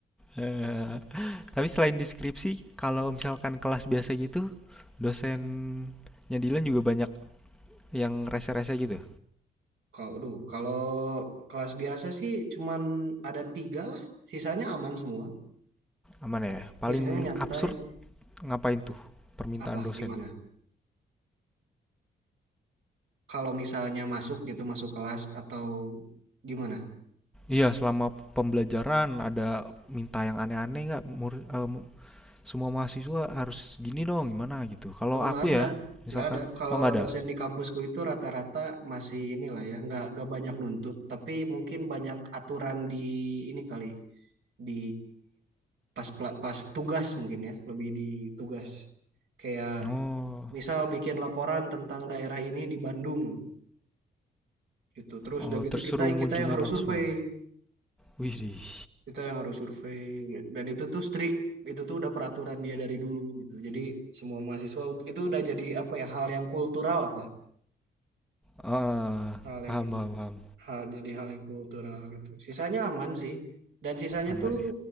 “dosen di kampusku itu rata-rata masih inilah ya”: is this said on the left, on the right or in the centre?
Right